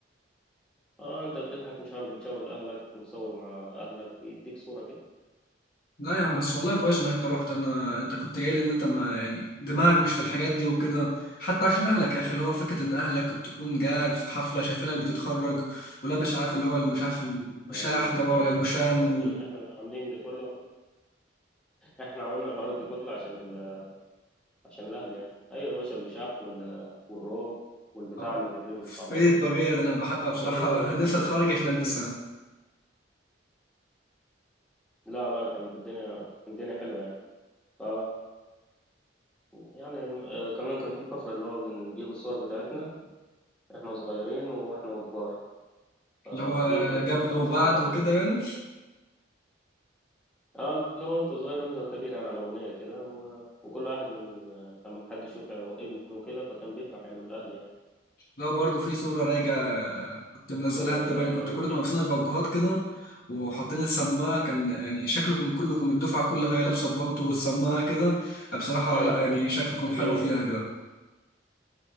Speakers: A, in the centre; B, on the left.
A: اه انت بتضحك مش عارف بتشاور لأهلك متصور مع أهلك بيديك صورة كده
B: لا يا عم بس والله كويس انك انت رحت انا انت كنت جاي لي ان انت ما يعني دماغك مش في الحاجات دي وكده حتى عشان اهلك يا اخي اللي هو فكره ان اهلك تكون قاعد في حفله شايفينك بتتخرج ولابس عارف اللي هو مش عارف الوشاح
A: يا راجل
B: ده ولا
A: آه،
B: الوشام وال...
A: ال- احنا عاملين ده كله احنا عملنا الحوار ده كله عشان ال... عشان الأهل يعني ايوه يا باشا الوشاح وال... والروب والبتاع
B: اه
A: اللي بتتلبس
B: في
A: على الراس
B: الطاقيه
A: دي
B: ده انا بحبها بصراحه
A: ده كله ده
B: <laughs> نفسي
A: اساسيات
B: اتخرج
A: الخرج
B: عشان البسها
A: يعني لا لا كانت الدنيا الدنيا حلوة يعني ف يعني آه، كمان كان في فقرة اللي هو بنجيب الصور بتاعتنا احنا صغيرين واحنا كبار فدي
B: اللي هو
A: كانت حلوة
B: قبل
A: خالص
B: وبعد
A: للأهل
B: وكده
A: يعني انه
B: يعني
A: اه اللي هو انت صغير وانت كبير يعني على أغنية كده و... وكل واحد من لما حد يشوف ابنه كده فكان بيفرح يعني من الأهل يعني
B: لو برضو في صورة راجعة كنت منزلها
A: اه
B: انت باين كنت كلكم
A: وفي
B: لابسين البلطوهات كده وحاطين السماعة كان يعني شكلكم كلكم الدفعة كلها وهي لابسة البلطو والسماعة كده بصراحة
A: أيوة
B: لا
A: ما
B: يعني
A: دي
B: شكلكم
A: ما
B: حلو
A: دي
B: فيها كده